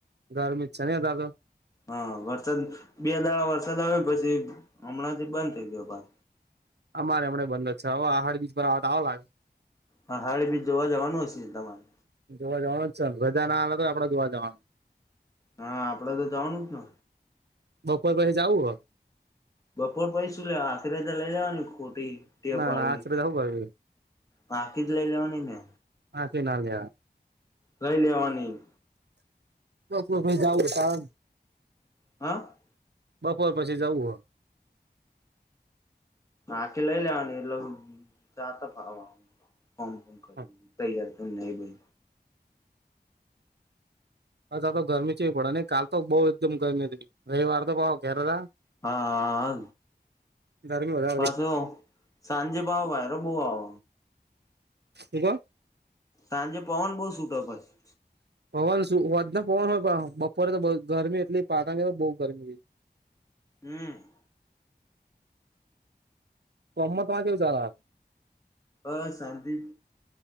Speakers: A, on the right; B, on the left.
A: ગરમી છે દાદો.
B: હા વરસાદ, બે દાણા વરસાદ આવ્યો પછી હમણાં થી બંધ થઇ ગયો ભ.
A: અમારે હમને બંધ જ છે હવે આહડ બીચ પર આવવા આવ લાગે.
B: હ હડ બી જોવા જવાનું હશે તમારે?
A: જોવા જવાનું ભજા ના તો આપડે જોવા જવાનું.
B: હા આપડે તો જવાનું જને.
A: બપોર પસે જાઉુ હ.
B: બપોર પૈસું લેવા આખરે તો લઈ જવાની ખોટી ટે
A: ના
B: પાડવી.
A: ના આખરે જવું પડે
B: બાકીી જ લઈ લેવાની ને.
A: હાખી ના જ.
B: લઈ લેવાની.
A: ભાઈ જવું તમ.
B: હા.
A: બપોર પછી જવું હો.
B: આખી લઈ લેવાની એટલે ચાતા ફાવવા. ફમ ફમ કરી
A: હો
B: તૈયાર કરને બ.
A: અથા તો ગરમી છે પડે નઈ કાલ તો બહુ એકદમ ગરમી હતી રવિવાર તો ભાવ ઘેર હતા.
B: હા.
A: ંગેવા <unintelligible>
B: પાછો સાંજે ભાવ ભય ર બહ આવ.
A: હક <unintelligible>
B: તજ પવન બહુ સટો પછ છે.
A: પવન શું વધ ના પવન હોય પણ બપોરે તો ગરમી એટલી પાતાંગ બઉુ ગરમી.
B: હમ
A: કોમમાં તમારે કેવું ચાલે?
B: બસ શાંતિ